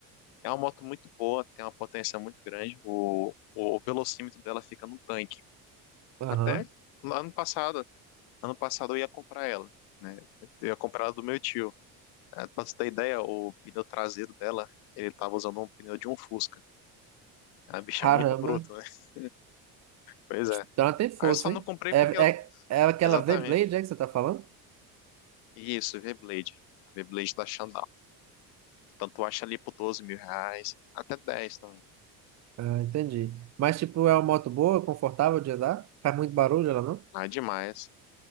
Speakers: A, on the left (about 85°); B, on the right (about 45°).
A: É uma moto muito boa, tem uma potência muito grande. O, o, velocímetro dela fica no tanque.
B: Aham.
A: Até ano passado, ano passado eu ia comprar ela, né? Eu ia comprar ela do meu tio. É, pra você ter ideia, o pneu traseiro dela, ele tava usando um pneu de um Fusca. É uma bicha
B: Caramba.
A: muito bruta, né? <laughs> Pois é.
B: Então ela tem força,
A: Aí eu só não
B: hein?
A: comprei
B: É,
A: porque ela...
B: é, é aquela
A: Exatamente.
B: V-Blade, é que você tá falando?
A: Isso, V-Blade. V-Blade da Xandão. Tanto acha ali por 12 mil reais, até 10 também.
B: Ah, entendi. Mas, tipo, é uma moto boa, confortável de andar? Faz muito barulho ela, não?
A: Ah, demais.